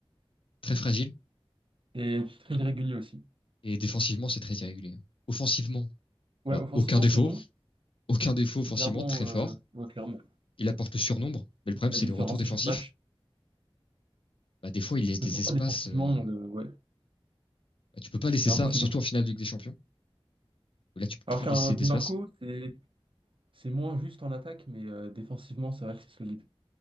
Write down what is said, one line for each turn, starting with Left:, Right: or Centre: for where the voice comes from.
Left: très fragiles,
Right: Et très irrégulier aussi.
Left: et défensivement, c'est très irrégulier. Offensivement,
Right: Ouais,
Left: alors
Right: offensivement,
Left: aucun défaut,
Right: c'est bon.
Left: aucun défaut
Right: C'est
Left: offensivement,
Right: clairement,
Left: très
Right: euh,
Left: fort.
Right: ouais, clairement.
Left: Il apporte le surnombre, mais le
Right: Il
Left: problème,
Right: fait la
Left: c'est
Right: différence
Left: le retour défensif.
Right: à chaque match.
Left: Bah, des fois, il laisse des
Right: Mais pourquoi
Left: espaces.
Right: défensivement,
Left: euh,
Right: euh, ouais,
Left: bah, tu peux pas laisser
Right: il est
Left: ça,
Right: un peu fini.
Left: surtout en finale de Ligue des Champions. Là, tu peux
Right: Alors
Left: plus
Right: qu'un
Left: laisser
Right: Di
Left: d'espace.
Right: Marco, c'est c'est moins juste en attaque, mais euh, défensivement, c'est vrai que c'est solide.